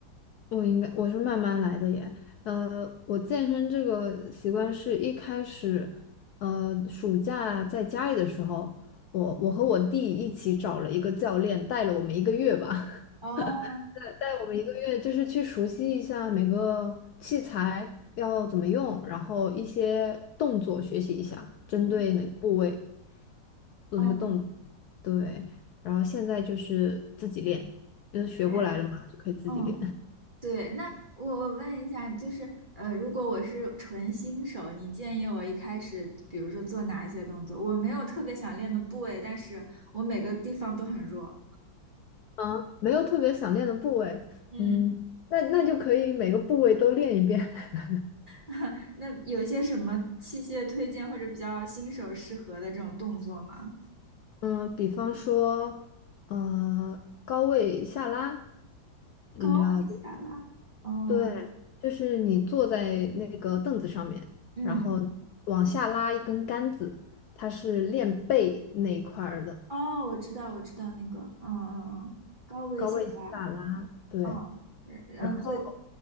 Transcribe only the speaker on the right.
哦，
<laughs>
哦，
害，
嗯。对，那我我问一下，就是呃，如果我是纯新手，你建议我一开始，比如说做哪些动作？我没有特别想练的部位，但是我每个地方都很弱。
嗯。
<laughs> 那有一些什么器械推荐或者比较新手适合的这种动作吗？
高位下拉，哦，
嗯，
哦，我知道，我知道那个，嗯嗯嗯，高位下拉，
嗯，呃，
呃最，